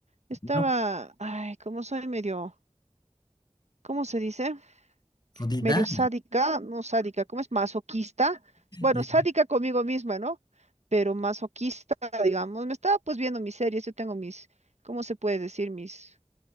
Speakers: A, on the right; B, on the left.
A: Estaba,
B: no,
A: ay, como soy medio, ¿cómo se dice?
B: jodida.
A: medio sádica, no sádica, ¿cómo es? Masoquista. Bueno,
B: Ya.
A: sádica conmigo misma, ¿no? Pero masoquista, digamos. Me estaba pues viendo mis series, yo tengo mis, ¿cómo se puede decir? Mis,